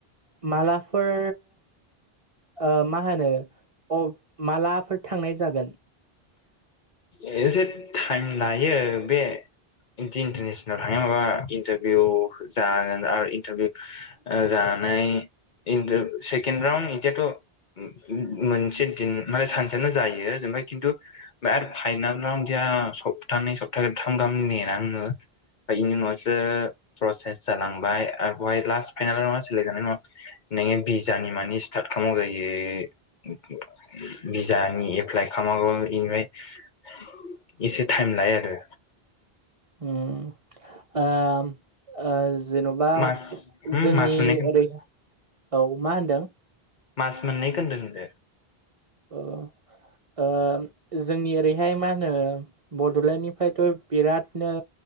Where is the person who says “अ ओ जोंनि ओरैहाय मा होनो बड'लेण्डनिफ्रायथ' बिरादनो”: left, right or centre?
Right